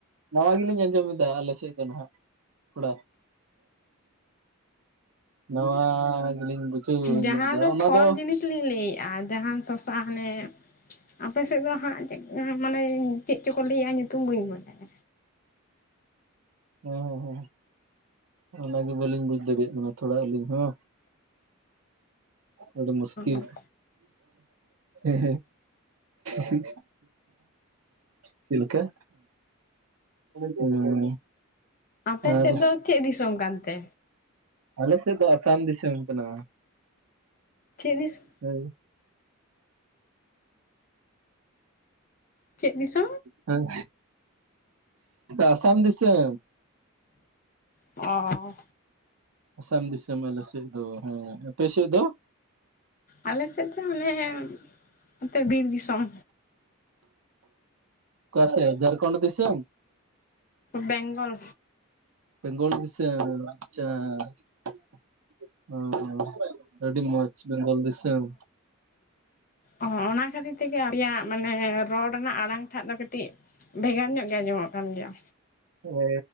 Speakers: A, on the right (about 75°); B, on the left (about 40°).
A: ᱱᱟᱣᱟ ᱜᱮᱞᱤᱧ ᱟᱸᱡᱚᱢ ᱮᱫᱟ ᱟᱞᱮ ᱥᱮ ᱪᱮᱫ ᱫᱚ ᱱᱟᱦᱟᱜ ᱛᱷᱚᱲᱟ, ᱱᱟᱣᱟ ᱜᱮᱞᱤᱧ ᱵᱩᱡᱷᱟᱹᱣ
B: ᱡᱟᱦᱟᱸ
A: ᱧᱚᱜ ᱫᱟ ᱚᱱᱟ
B: ᱯᱷᱚᱞ
A: ᱫᱚ
B: ᱡᱤᱱᱤᱥ ᱞᱤᱧ ᱞᱮᱭᱮᱜᱼᱟ ᱡᱟᱦᱟᱱ ᱥᱚᱥᱟ ᱦᱟᱱᱮ ᱟᱯᱮ ᱥᱮᱫ ᱫᱚ ᱦᱟᱸᱜ ᱪᱮᱫ ᱢᱟᱱᱮ ᱪᱮᱫ ᱪᱚᱠᱚ ᱞᱮᱭᱟ ᱧᱩᱛᱩᱢ ᱵᱟᱹᱧ ᱵᱟᱰᱟᱭᱟ᱾
A: ᱚ ᱦᱚ, ᱚᱱᱟᱜᱮ ᱵᱟᱹᱞᱤᱧ ᱵᱩᱡᱽ ᱫᱟᱲᱮᱭᱟᱜ ᱠᱟᱱᱟ ᱛᱷᱚᱲᱟ ᱟᱹᱞᱤᱧ ᱦᱚᱸ᱾ ᱟᱹᱰᱤ ᱢᱩᱥᱠᱤᱞ,
B: ᱚ
A: ᱦᱮᱸ ᱦᱮᱸ᱾ ᱪᱮᱫ ᱞᱮᱠᱟ? <unintelligible>
B: ᱟᱯᱮ
A: ᱟᱨ
B: ᱥᱮᱫ ᱫᱚ ᱪᱮᱫ ᱫᱤᱥᱚᱢ ᱠᱟᱱᱛᱮ?
A: ᱟᱞᱮ ᱥᱮᱫ ᱫᱚ ᱟᱥᱟᱢ ᱫᱤᱥᱚᱢ ᱠᱟᱱᱟ᱾
B: ᱪᱮᱫ ᱫᱤᱥᱚ?
A: ᱦᱳᱭ᱾
B: ᱪᱮᱫ ᱫᱤᱥᱚ?
A: ᱦᱮᱸ, ᱟᱥᱟᱢ ᱫᱤᱥᱟᱹᱢ᱾
B: ᱚ᱾
A: ᱟᱥᱟᱢ ᱫᱤᱥᱟᱹᱢ ᱟᱞᱮ ᱥᱮᱫ ᱫᱚ ᱦᱮᱸ, ᱟᱯᱮ ᱥᱮᱫ ᱫᱚ?
B: ᱟᱞᱮ ᱥᱮᱫ ᱫᱚ ᱢᱟᱱᱮ ᱱᱚᱛᱮ ᱵᱤᱨ ᱫᱤᱥᱚᱢ᱾
A: ᱚᱠᱟ ᱥᱮᱜ ᱡᱷᱟᱲᱠᱷᱚᱸᱰ ᱫᱤᱥᱟᱹᱢ?
B: ᱵᱮᱝᱜᱚᱞ᱾
A: ᱵᱮᱝᱜᱚᱞ ᱫᱤᱥᱟᱹᱢ᱾ <unintelligible> <unintelligible> ᱚ, ᱚ ᱟᱹᱰᱤ ᱢᱚᱸᱡᱽ ᱵᱮᱝᱜᱚᱞ ᱫᱤᱥᱟᱹᱢ᱾
B: ᱚ ᱚᱱᱟ ᱠᱷᱟᱹᱛᱤᱨ ᱛᱮᱜᱮ ᱟᱯᱮᱭᱟᱜ ᱢᱟᱱᱮ, ᱨᱚᱲ ᱨᱮᱱᱟᱜ ᱟᱲᱟᱝ ᱴᱷᱟᱜ ᱫᱚ ᱠᱟᱹᱴᱤᱡᱼᱼ ᱵᱷᱮᱜᱟᱨ ᱧᱚᱜ ᱜᱮ ᱟᱸᱡᱚᱢᱚᱜ ᱠᱟᱱ ᱜᱮᱭᱟ᱾
A: ᱮ